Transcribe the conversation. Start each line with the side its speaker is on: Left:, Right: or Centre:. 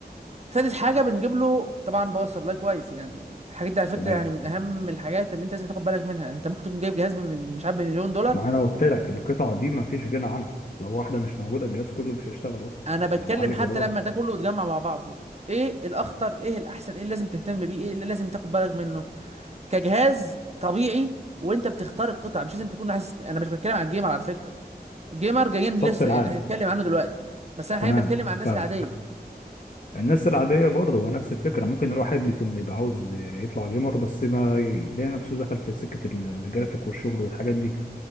Right: سادس حاجه بنجيب له طبعا باور سبلاي كويس يعني الحاجات دي على فكره
Left: تمام
Right: يعني من اهم الحاجات اللي انت لازم تاخد بالك منها انت ممكن تكون جايب جهاز بمل- مش عارف بمليون دولار
Left: ما انا قلت لك القطعه دي ما فيش غنى عنها لو واحده مش موجوده الجهاز كله مش هيشتغل اصلا
Right: انا بتكلم
Left: لا معالج
Right: حتى
Left: ولا برضه
Right: لما ده كله بيتجمع مع بعضه ايه الاخطر ايه الاحسن ايه اللي لازم تهتم بيه ايه اللي لازم تاخد بالك منه كجهاز طبيعي وانت بتختار القطع مش لازم تكون حاسس انا مش بتكلم عن الجيمر على فكره الجيمر جايين لسه
Left: الشخص العام
Right: يعني هنتكلم عنه دلوقتي بس انا
Left: تمام
Right: حاليا بتكلم عن الناس
Left: فاهم
Right: العاديه
Left: الناس العاديه برضه هو نفس الفكره ممكن الواحد بيكون يبقى عاوز يطلع جيمر بس ما يلاقي نفسه دخل في سكه ال- الجرافيك والشغل والحاجات دي